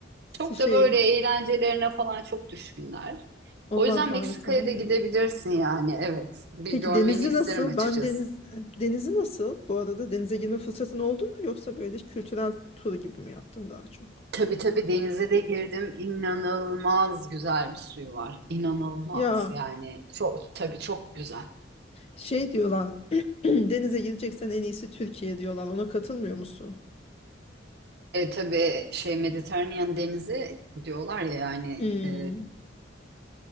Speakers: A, on the right; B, on the left.
A: Çok
B: hı. Şey,
A: da böyle eğlencelerine falan çok düşkünler.
B: ondan
A: O yüzden
B: taviz
A: Meksika'ya
B: vermiyorum.
A: da gidebilirsin yani. Evet. Bir
B: Peki
A: görmeni
B: denizi
A: isterim
B: nasıl?
A: açıkçası.
B: Ben deniz denizi nasıl? Bu arada denize girme fırsatın oldu mu yoksa böyle kültürel tur gibi mi yaptın daha çok?
A: Tabii tabii denize de girdim. İnanılmaz güzel bir suyu var. İnanılmaz
B: Ya
A: yani. Çok tabii çok güzel.
B: şey diyorlar <clears throat> denize gireceksen en iyisi Türkiye diyorlar. Ona katılmıyor musun?
A: E tabii şey Mediterranean denizi diyorlar ya yani
B: Hmm,
A: e,